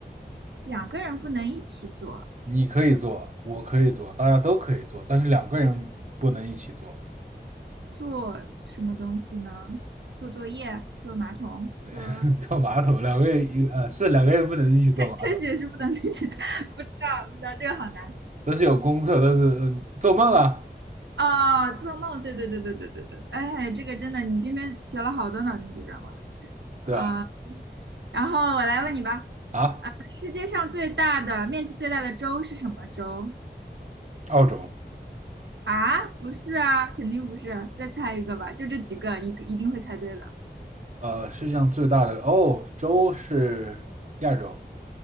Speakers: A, on the right; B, on the right.
A: 两个人不能一起做，
B: 你可以做，我可以做，大家都可以做，但是两个人不能一起做。
A: 做什么东西呢？做作业，做马桶，做
B: <laughs> 坐马桶，两个人一呃是两个人不能一起坐马桶，
A: <laughs> 科学是不能理解，<laughs> 不知道不知道，这个好难。
B: 但是有公厕，但是嗯做梦啊，
A: 啊，做梦，对对对对对对对，哎，这个真的，你今天学了好多脑筋急转弯
B: 对吧？
A: 啊。然后我来问你吧，
B: 啊，
A: 世界上最大的面积最大的州是什么州
B: 澳洲，
A: 啊，不是啊，肯定不是啊，再猜一个吧，就这几个，一个一定会猜对的。
B: 呃，世界上最大的哦，洲是亚洲，